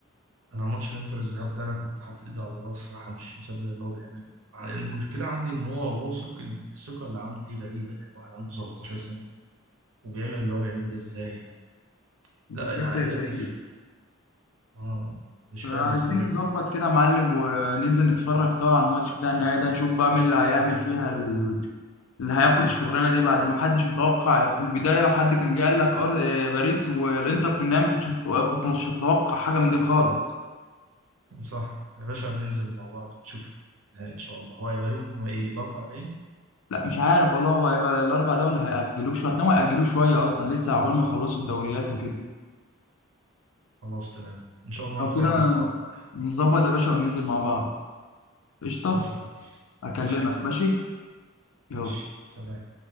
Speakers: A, on the right; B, on the left.
A: انا ماتش الانتر الذهاب ده انا كنت حاطط ايدي على راسي صراحه مش مصدق اللي هو بيعمله آه، المشكله عندي ان هو واثق إن الثقه اللي عنده دي غريبه يعني واحد عنده 17 سنه وبيعمل اللي هو بيعمله ده ازاي يعني
B: بجد
A: لا العقليه
B: غريب
A: بتفرق اه مش
B: فعايزين
A: فاهم ازاي بيعمل
B: نظبط
A: كده
B: كده يا معلم وننزل نتفرج سوا على الماتش بتاع النهائي ده نشوف بقى مين اللي هيعمل فيها اللي هياخد الشغلانه دي بعد ما حدش متوقع في البدايه لو حد كان جه قال لك أر- آه، باريس والانتر في النهائي ما كنتش هت- كنت مش هتتوقع حاجه من دي خالص
A: صح يا باشا هننزل مع بعض ونشوف النهاية ان شاء الله هو هيبقى يوم ايه الاربعاء باين
B: لا مش عارف والله هو هيبقى الاربع دول هيأجلوه شويه هتلاقيهم هيأجلوه شويه اصلا لسه عقبال ما يخلصوا الدوريات وكده
A: خلاص تمام ان شاء الله
B: لو
A: نتفرج
B: كده
A: مع بعض بقى
B: نظبط يا باشا وننزل مع بعض قشطه
A: ماشي يا ريس
B: اكلمك
A: قشطه
B: ماشي يلا
A: ماشي سلام